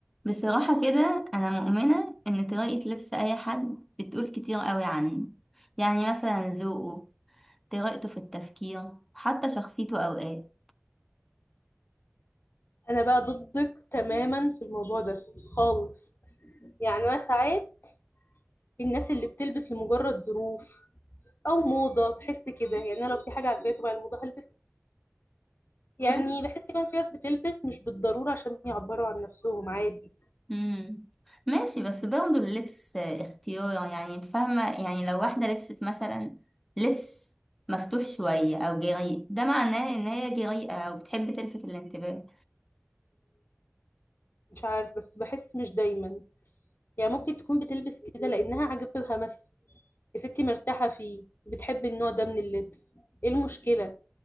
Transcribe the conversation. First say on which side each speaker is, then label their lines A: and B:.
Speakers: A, in the centre; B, on the left.
A: بصراحة كده أنا مؤمنة إن طريقة لبس أي حد بتقول كتير قوي عنه يعني مثلا ذوقه طريقته في التفكير حتى شخصيته أوقات
B: انا بقى ضدك تماما في الموضوع ده خالص يعني انا ساعات الناس اللي بتلبس لمجرد ظروف او موضه بحس كده يعني انا لو في حاجه عجباني طبعا الموضه هلبس يعني
A: ماشي
B: بحس كمان في ناس بتلبس مش بالضروره عشان يعبروا عن نفسهم عادي
A: مم. ماشي بس برضه اللبس اختيار يعني فاهمة يعني لو واحدة لبست مثلا لبس مفتوح شوية أو جريء ده معناه إن هي جريئة أو بتحب تلفت الانتباه
B: مش عارف بس بحس مش دايما يعني ممكن تكون بتلبس كده لانها عجبها مثلا يا ستي مرتاحه فيه بتحب النوع ده من اللبس ايه المشكله